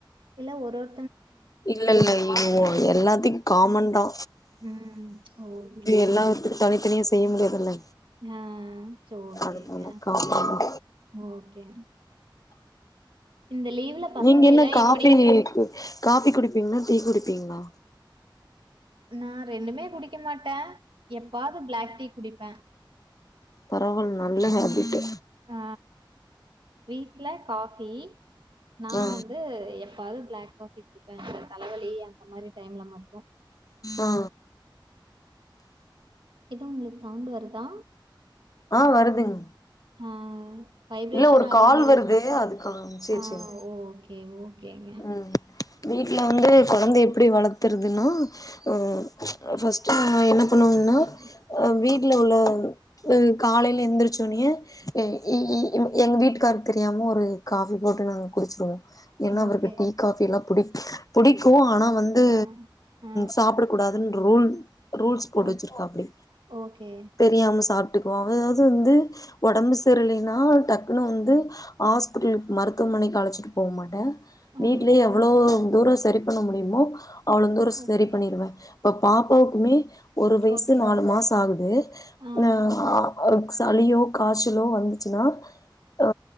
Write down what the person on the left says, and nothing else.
இல்லல்லல் ஒ எல்லாத்தைக்கு காமன்தா
எல்லாத்துக்கு தனித்தனியா செய்ய முடியாதுல்ல
அதனால காமன் தா
நீங்க என்ன
காஃபி
காஃபி குடிப்பீங்களா டீ குடிப்பீங்களா
பரவல் நல்ல ஹேபீட்டு
ஆ
ஆ
ஆ வருதுங்
இல்ல ஒரு
கால்
வருது அதுக்காக சேர்
சேர்
உம் வீட்ல வந்து கொழந்த எப்டி வளத்துறதுன்னா ஆ ஃபஸ் நம்ம என்ன பண்ணுவம்னா
அ வீட் ல உள்ளவங் காலைல எந்துரச்சோனே இ இ இவங் எங் வீட்டுக்காருக் தெரியாம ஒரு காஃபி போட்டு நாங்க குடிச்ருவோ ஏனா
அவருக்கு டீ காஃபி எல்லா புடிக் புடிக்கு ஆனா வந்து
சாப்ட ஹ் கூடாதுன் ரூல் ரூல்ஸ் போட்டு
வெச்சிருக்காப்டி
தெரியாம சாப் ட்டுக்வோ அதாவ்து வந்து ஒடம்பு ஸ் சரி இல்லைனா டக்குனு வந்து ஆஸ்பிட்ல் மருத்துவமனைக் அழச்சிட்டு போ மாட்ட
வீட்லயே எவ்ளோ தூரோ சரி பண்ண முடியுமோ அவ்ளந்தூரோ சரி
பண்ணிருவ இப்போ பாப்பாவ்க்குமே ஒரு வய்சு
நாலு மாச ஆகுது
நா ஆ சளியோ காச்சலோ வந்துச்சுன்னா ஆ